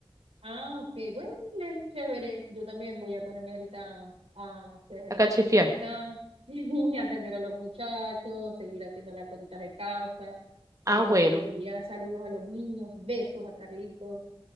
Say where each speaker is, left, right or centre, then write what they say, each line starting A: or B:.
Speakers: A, on the right; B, on the right.
A: Ah, ok, bueno, es chévere. Yo también voy a ponerme ahorita a hacer
B: A
A: la
B: cachifiar.
A: comidita, <laughs> y atender a los muchachos, seguir haciendo las cositas de casa.
B: Ah,
A: Entonces
B: bueno,
A: les envía saludos a los niños, besos a Carlitos